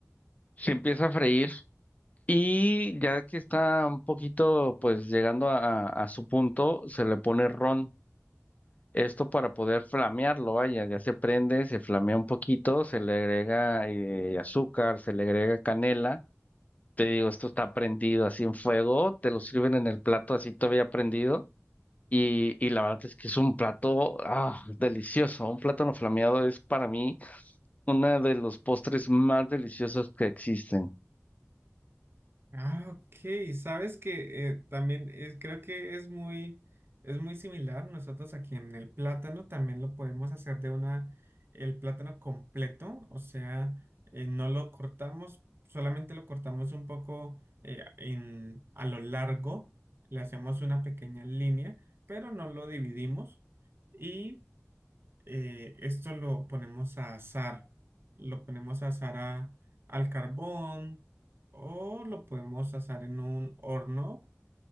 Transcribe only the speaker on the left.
se empieza a freír y ya que está un poquito, pues llegando a, a- a su punto, se le pone ron. Esto para poder flamearlo, vaya, ya se prende, se flamea un poquito, se le agrega eh, azúcar, se le agrega canela. Te digo, esto está prendido así en fuego, te lo sirven en el plato así todavía prendido. Y, y la verdad es que es un plato ah, delicioso. Un plátano flameado es para mí uno de los postres más deliciosos que existen.